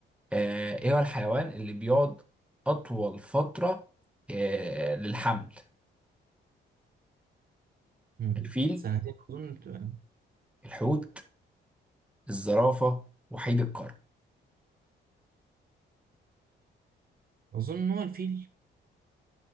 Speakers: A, in the centre; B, on the right.
A: آه، ايه هو الحيوان اللي بيقعد اطول فتره آه، للحمل
B: مم.
A: الفيل
B: سنتين اظن بتبقى-
A: الحوت الزرافة وحيد القرن
B: اظن ان هو الفيل